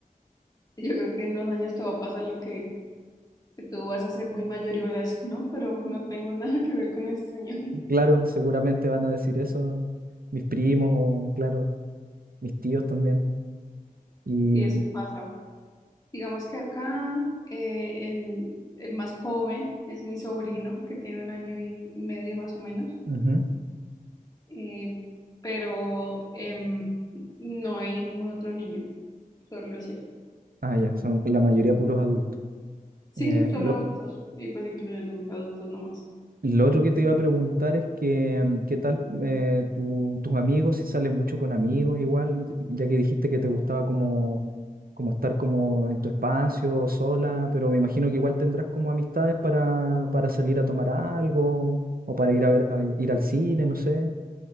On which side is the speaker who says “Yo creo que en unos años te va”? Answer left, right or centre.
Left